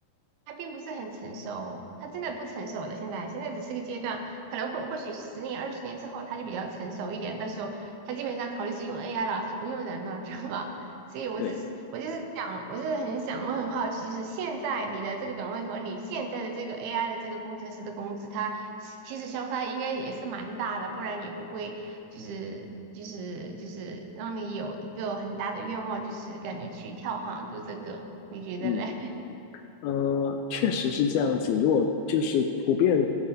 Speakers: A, on the right; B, on the left.
A: 他并不是很成熟，他真的不成熟的。现在现在只是个阶段，可能或或许是十年、二十年之后，他就比较成熟一点。到时候他基本上考虑是用 AI 了，他不用人了，知道吧？所以我就是我就是想，
B: 对，
A: 我就是很想，我很好奇，就是现在你的这个岗位和你现在的这个 AI 的这个工程师的工资，它其实相差应该也是蛮大的，不然也不会就是就是就是让你有一个很大的愿望，就是感觉去跳行做这个，你觉得嘞？
B: 嗯。
A: <laughs>
B: 呃，确实是这样子。如果就是普遍，